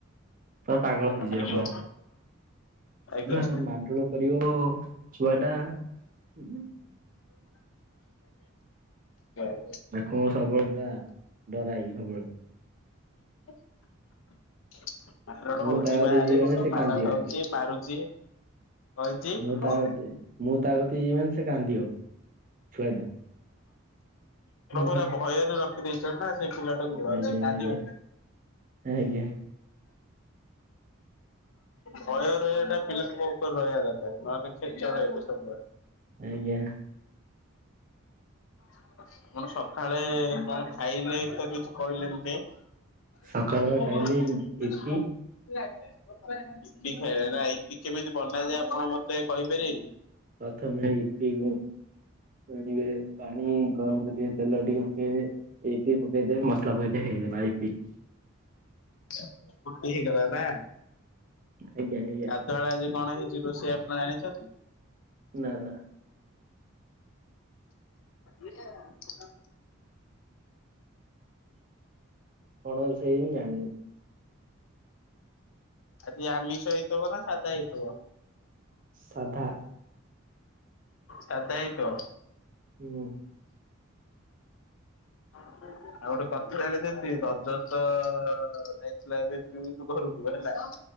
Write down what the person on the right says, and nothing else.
ପୁରା ପାଗଳ ହେଇଯିବେ
ଆପଣ।
ପୁରା ମାଡ଼ଗୋଳ କରିବ ଛୁଆ ଟା ତାକୁ
ତାକୁ ମୁଁ ସବୁବେଳେ ପୁରା ଡରାଏ ସବୁବେଳେ।
ମୁଁ
ତା କତିକି
ଯିବି ମାନେ
ସେ
କାନ୍ଦିବ
ମୁଁ
ତା କତି ମୁଁ ତା କତିକି ଯିବି ମାନେ ସେ କାନ୍ଦିବ ଛୁଆଟା ହୁଁ
ହୁଁ।
ଆଜ୍ଞା
ଆଜ୍ଞା ଆଜ୍ଞା
ଆଜ୍ଞା।
ସକାଳୁ ବା ଖାଇଲି ଇପି
ପ୍ରଥମେ ଇପି କୁ ଆଣିବେ ପାଣି ଗ ତା ଉପରେ ତେଲ ଟିକେ ପକେଇବେ ଇପି ପକେଇଦେବେ ମସଲା ପକେଇଦେବେ ହେଇଗଲା ଇପି।
ଆଜ୍ଞା ଆଜ୍ଞା।
ନା ନା।
କଣ ସେଇ ଜାଣିନୁ।
ସାଧା
ହୁଁ।